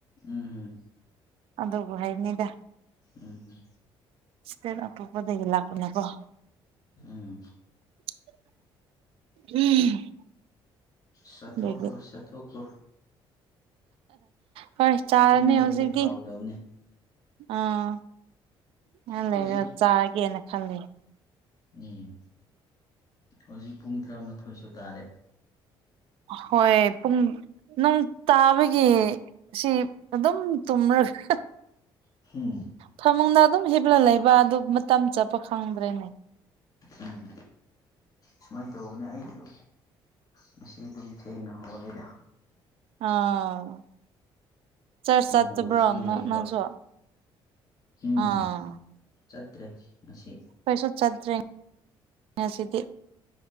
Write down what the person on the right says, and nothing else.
ꯑꯗꯨꯕꯨ ꯍꯥꯏꯕꯅꯤꯗ
ꯏꯁ꯭ꯇꯦꯠ ꯑꯇꫭꯞꯄꯗꯒꯤ ꯂꯥꯛꯄꯅꯦ ꯀꯣ
<unintelligible>
ꯑꯗꯨꯒꯤ
ꯍꯣꯏ ꯆꯥꯔꯅꯤ
ꯍꯧꯖꯤꯛꯇꯤ
ꯑꯥ ꯉꯥꯏ ꯍꯥꯛ
ꯂꯩꯔ ꯆꯥꯔꯒꯦꯅ ꯈꯜꯂꯤ
ꯍꯣꯏ ꯄꯨꯡ ꯅ‌ꯣꯡ ꯇꯥꯕꯒꯤ ꯁꯤ ꯑꯗꯨꯝ ꯇꯨꯝꯔꯒ
ꯐꯃꯨꯡꯗ ꯑꯗꯨꯝ ꯍꯤꯞꯂ ꯂꯩꯕ ꯑꯗꯨ ꯃꯇꯝ ꯆꯠꯄ ꯈꯪꯗ꯭ꯔꯦꯅꯦ
ꯑꯥ ꯆꯔꯥꯁ ꯆꯠꯇꯕ꯭ꯔꯣ
ꯅ ꯅꯪꯁꯨ
ꯑꯥ
ꯀꯩꯁꯨ ꯆꯠꯇ꯭ꯔꯦ ꯉꯁꯤꯗꯤ